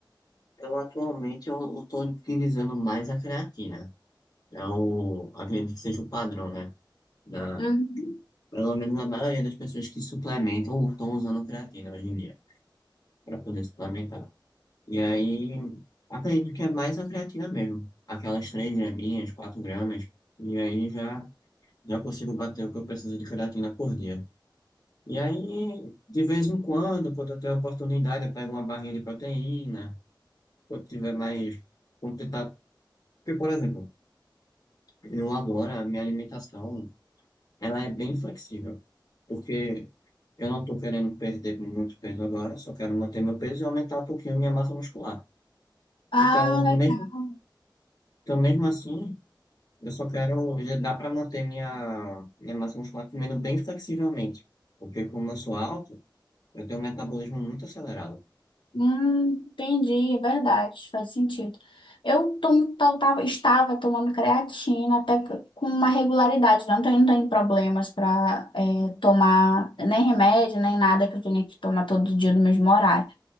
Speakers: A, on the left; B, on the left.
A: Eu atualmente eu estou utilizando mais a creatina. É o, acredito que seja o padrão, né? da
B: Uhum.
A: Pelo menos a maioria das pessoas que suplementam ou estão usando creatina hoje em dia, para poder suplementar. E aí, acredito que é mais a creatina mesmo. Aquelas 3 graminhas, 4 gramas. E aí já, já consigo bater o que eu preciso de creatina por dia. E aí, de vez em quando, quando eu tenho a oportunidade, eu pego uma barrinha de proteína. Quando tiver mais. Quando tentar... Porque, por exemplo, eu agora, a minha alimentação, ela é bem flexível. Porque Eu não estou querendo perder muito peso agora, só quero manter meu peso e aumentar um pouquinho minha massa muscular.
B: Ah,
A: Então, mesmo,
B: legal.
A: então mesmo assim, eu só quero, já dá para manter minha, minha massa muscular comendo bem flexivelmente. Porque como eu sou alto, eu tenho um metabolismo muito acelerado.
B: Hum, entendi, é verdade, faz sentido. Eu tomo, tal- tava- estava tomando creatina até que com uma regularidade, não tenho, não tenho problemas para tomar nem remédio, nem nada que eu tenha que tomar todo dia no mesmo horário.